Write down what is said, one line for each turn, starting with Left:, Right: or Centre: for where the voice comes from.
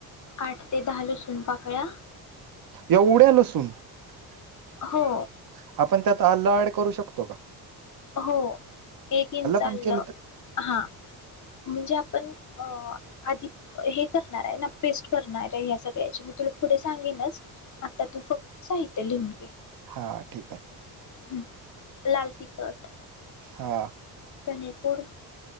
Left: आठ ते दहा लसूण पाकळ्या
Right: एवढ्या! लसूण ही
Left: हो
Right: हाफ आपण त्यात आल्ं ॲड करू शकतो का?
Left: हो <inaudible> एक इंच आलं
Right: पण केलं तर
Left: हा म्हणजे आपण अ आधी हे करणार आहे ना? पेस्ट करणार आहे या सगळ्यांची मी तुला पुढे सांगेनच? आता तू फक्त साहित्य लिहून घे.
Right: हा ठीक आहे
Left: हम्म लाल ती साठ
Right: हा
Left: धणेपूड